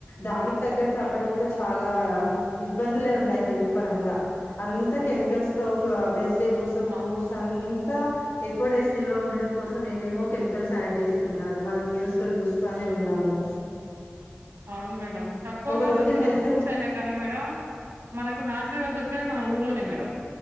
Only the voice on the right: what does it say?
అవును
అవును మేడం. తక్కువగా
దొరికిన
ఫ్రూట్స్ అయినా కానీ మేడం మనకు నాచురల్గా దొర్ నేది మన ఊర్లనే మేడం.